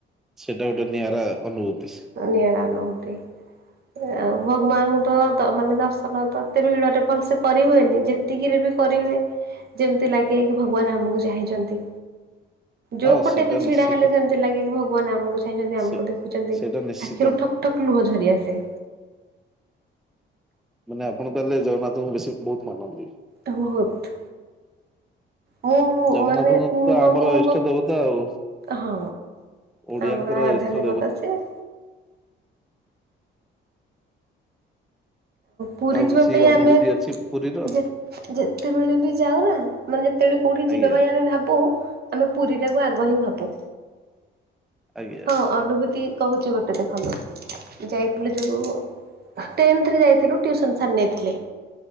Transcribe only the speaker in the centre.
ସେଇଟା ଗୋଟେ ନିଆରା ଅନୁଭୂତି।
ହଁ
ସେଇଟା
ନିଶ୍ଚିତ
ସେ
ସେଇଟା ନିଶ୍ଚିତ
ମାନେ ଆପଣ ତାହେଲେ ଜଗନ୍ନାଥଙ୍କୁ ବେଶୀ ବହୁତ୍ ମାନନ୍ତି।
ଜଗନ୍ନାଥଙ୍କ
ତ ଆମର
ଇଷ୍ଟ ଦେବତା ଆଉ
ଓଡିଆଙ୍କର
ଇଷ୍ଟ
ବା ଆଉ
କିଛି
ଅନୁଭୂତି
ଅଛି ପୁରୀର।
ଆଜ୍ଞା
ଆଞା।